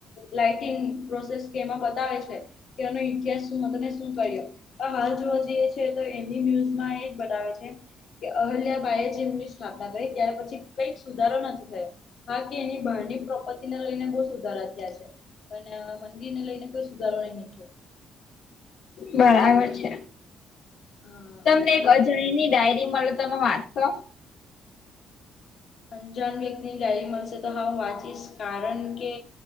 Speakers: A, on the left; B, on the left.
A: લાઈટિંગ પ્રોસેસ કેમાં બતાવે છે. કે એનો ઇતિહાસ શું મને તમે શું કહિ. હાલ જોવા જઈએ છે તો એની ન્યુઝમાં એજ બતાવે છે. કે અહલ્યાબાય જેમની સ્થાપના કરી ત્યાર પછી. કંઈક સુધારો નથી થયો બાકી એની બહારની પ્રોપર્ટીને લઈને બહુ સુધારા થયા છે. પણ મંદિર ને લઈને કોઈ સુધારો નહી થયો.
B: બરાબર છે
A: હા
B: તમને
A: એટલે
B: એક અજાણીની ડાયરી મળે તમે વાત. તો.
A: અંજાન વ્યક્તિની ડાયરી મળશે તો હા હું વાંચીશ કારણ કે.